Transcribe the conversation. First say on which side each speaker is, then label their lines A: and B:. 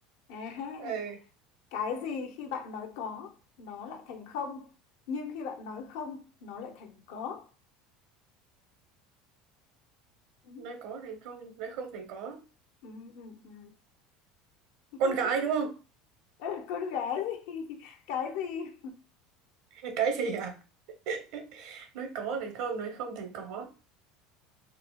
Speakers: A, on the left (about 75°); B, on the right (about 65°).
A: À ha.
B: Ừ,
A: cái gì khi bạn nói có nó lại thành không nhưng khi bạn nói không nó lại thành có ừ,
B: nói có thì không, nói không thì có.
A: ừ, ừ, ừ. <laughs>
B: Con gái đúng không?
A: Ừ, con gái gì <laughs> cái gì
B: <laughs> Cái gì à? <laughs> Nói có thì không, nói không thì có.